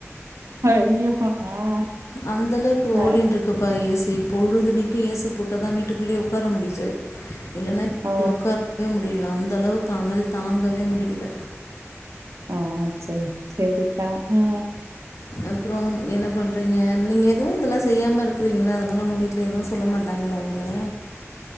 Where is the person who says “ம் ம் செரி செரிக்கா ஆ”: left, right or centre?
Right